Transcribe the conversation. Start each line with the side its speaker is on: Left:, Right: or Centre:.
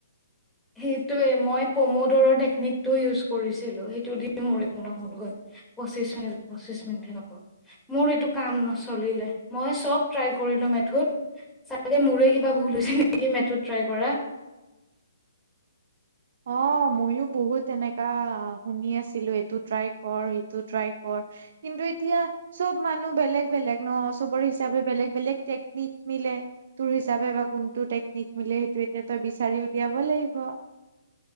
Centre: সেইটোৱেই মই পম'ডোৰ' টেকনিকটো ইউজ কৰিছিলোঁ। সেইটো দি মোৰ একো নহ'লগৈ। পঁচিশ মিনিট, পঁচিশ মিনিট খেনেকৈ। মোৰ এইটো কাম, নচলিলে। মই, চব, ট্ৰাই কৰিলোঁ, মেথড চাগে মোৰেই কিবা ভুল হৈছে নেকি, মেথড, ট্ৰাই কৰা।
Right: অ', মইও বহুত এনেকা শুনি আছিলোঁ, এইটো ট্ৰাই কৰ সিটো ট্ৰাই কৰ কিন্তু এতিয়া! চব মানুহ বেলেগ, বেলেগ ন'! চবৰ হিচাপে বেলেগ, বেলেগ টেকনিক মিলে। তোৰ হিচাপে বা কোনটো টেকনিক মিলে, সেইটো এতিয়া তই বিচাৰি উলিয়াব লাগিব।